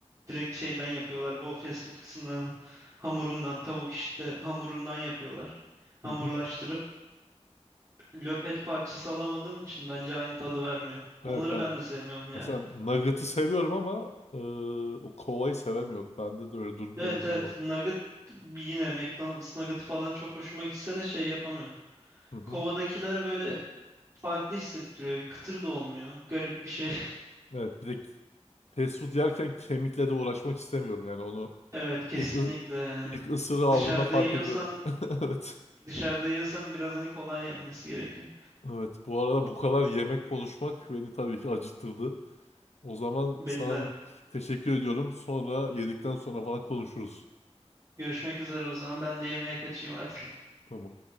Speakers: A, on the right (about 30°); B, on the left (about 70°).
A: Direkt şeyden yapıyorlar. Bu fast food kısımlarını hamurundan, tavuk işte hamurundan yapıyorlar. Hamurlaştırıp
B: Hı hı.
A: löpet parçası alamadığın için bence aynı tadı vermiyor. Onları
B: Evet ben
A: ben de sevmiyorum yani.
B: Mesela Nugget'ı seviyorum ama e, o kovayı sevemiyorum. Bende de öyle durum
A: Evet
B: böyle bir
A: evet
B: durum var.
A: nugget yine McDonald's nugget falan çok hoşuma gitse de şey yapamıyorum.
B: Hı hı.
A: Kovadakiler böyle farklı hissettiriyor. Kıtır da olmuyor. Garip bir şey. <laughs>
B: Evet bir de fast food yerken kemikle de uğraşmak istemiyorum yani onu
A: Evet kesinlikle
B: ilk ı-
A: yani.
B: ilk ısırığı aldığında
A: Dışarıda
B: fark
A: yiyorsan
B: ediyorum. <laughs> Evet.
A: Dışarıda yiyorsam biraz hani kolay yenmesi gerekiyor.
B: Evet bu arada bu kadar yemek konuşmak beni tabii ki acıktırdı. O zaman
A: Beni
B: sana
A: de.
B: da teşekkür ediyorum. Sonra yedikten sonra falan konuşuruz.
A: Görüşmek üzere o zaman. Ben de yemeğe kaçayım artık.
B: Tamam.